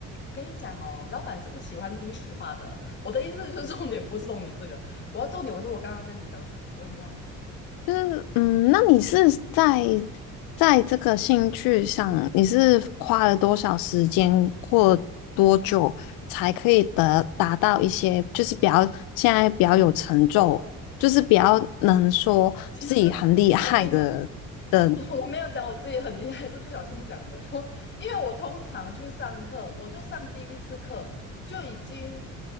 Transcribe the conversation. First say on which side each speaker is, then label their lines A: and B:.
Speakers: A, on the left (about 35°); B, on the left (about 80°).
A: 跟你讲哦，老板是不喜欢听实话的。我的意思就是重点不是重点这个，我要重点我说我刚刚跟你讲什么我已经忘记
B: 就是嗯，那你是在在这个兴趣上，你是花了多少时间或多久才可以得达到一些，
A: 哦
B: 就是比较现在比较有成就，
A: 哦，
B: 就是比较能说自己很厉害的的
A: 其实我跟你讲，<laughs> 我没有讲我自己很厉害，是不小心讲的。<laughs> 都因为我通常去上课，我就上第一次课就已经